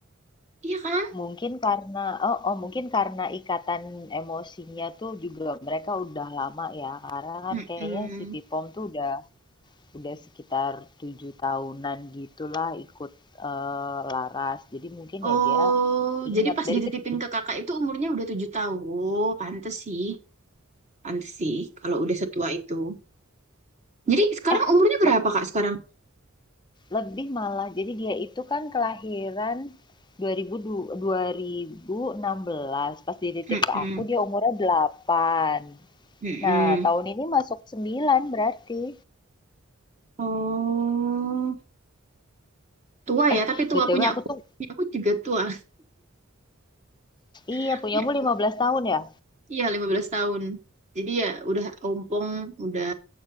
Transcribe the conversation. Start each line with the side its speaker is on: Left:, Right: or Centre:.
Right: iya kan?
Left: mungkin karena oh oh mungkin karena ikatan emosinya tuh juga mereka udah lama ya, karena kan
Right: Mm-mm.
Left: kayaknya si Pipom tuh udah udah sekitar tujuh tahunan gitulah ikut eh, Laras. Jadi mungkin
Right: Oh,
Left: ya dia ingat
Right: jadi pas
Left: dari
Right: dititipin
Left: kecil.
Right: ke kakak itu umurnya udah tujuh tahun. Oh, pantes sih. Pantes sih kalau udah setua itu. Jadi sekarang
Left: Eh,
Right: umurnya berapa,
Left: le-
Right: Kak, sekarang?
Left: lebih malah. Jadi dia itu kan kelahiran 2000, du- 2016. Pas dititip
Right: Mm-mm.
Left: ke aku dia umurnya delapan
Right: Mm-mm.
Left: Nah, tahun ini masuk 9 berarti.
Right: Oh, tua
Left: Eh,
Right: ya. Tapi tua
Left: BTW
Right: punya
Left: aku
Right: aku.
Left: tuh
Right: Punya aku juga tua.
Left: iya
Right: <laughs>
Left: punyamu
Right: Ya.
Left: 15 tahun ya.
Right: Iya, 15 tahun. Jadi ya udah ompong, udah